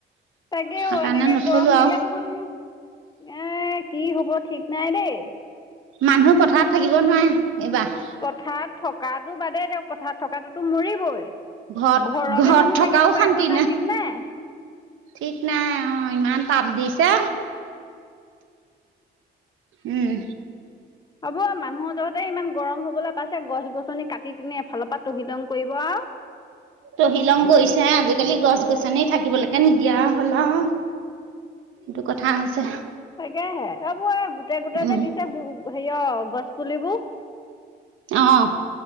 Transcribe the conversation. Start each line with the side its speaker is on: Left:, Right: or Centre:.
Left: তাকে
Right: সেইকাৰণে
Left: অ' এনেকে
Right: নথলো
Left: গৰম দিলে
Right: আৰু।
Left: দেখোন, এ কি হ'ব ঠিক নাই দেই
Right: মানুহ পথাৰত থাকিব নোৱাৰে, এইবাৰ।
Left: পথাৰত থকাটো বাদেই দিয়ক, পথাৰত থকাটোতো মৰিবই।
Right: ঘৰত
Left: ঘৰতে
Right: ঘৰত
Left: মানুহ
Right: থকাও
Left: থাকিব
Right: শান্তি
Left: পাৰিব নাই ঠিক নাই।
Right: ঠিক নাই, অ' ইমান তাপ দিছে। উম।
Left: হ'ব মানুহৰ যহতে ইমান গৰম হ'বলে পাইছে, গছ গছনি কাটি দিনে এফালৰ পৰা তহিলং কৰিব আও।
Right: তহিলং কৰিছে, আজিকালি গছ গছনি থাকিবলেকে নিদিয়া হল আও। সেইটো কথা হৈছে।
Left: তাকেহে এইবোৰ গোটেই গোটেই
Right: উম,
Left: যে দিছে হেৰিয় গছ পুলিবোৰ।
Right: অঁ।